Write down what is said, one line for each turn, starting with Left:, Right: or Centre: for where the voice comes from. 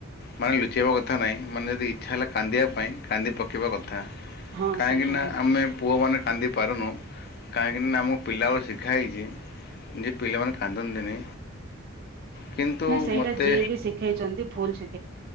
Left: ମାନେ ଲୁଚେଇଆବା କଥା ନାହିଁ ମାନେ ଯଦି ଇଚ୍ଛା ହେଲା କାନ୍ଦିବା ପାଇଁ କାନ୍ଦି ପକାଇବା କଥା।
Right: ହଁ
Left: କାହିଁକିନା
Right: ସେଇଟା ହିଁ।
Left: ଆମେ ପୁଅମାନେ କାନ୍ଦି ପାରୁନୁ କାହିଁକି ନା ଆମକୁ ପିଲାବେ ଶିଖା ହେଇଛି। ଯେ ପିଲାମାନେ କାନ୍ଦନ୍ତିନି। କିନ୍ତୁ
Right: ନା ସେଇଟା
Left: ମୋତେ
Right: ଯିଏ ବି ଶିଖେଇଛନ୍ତି ଭୁଲ ଶି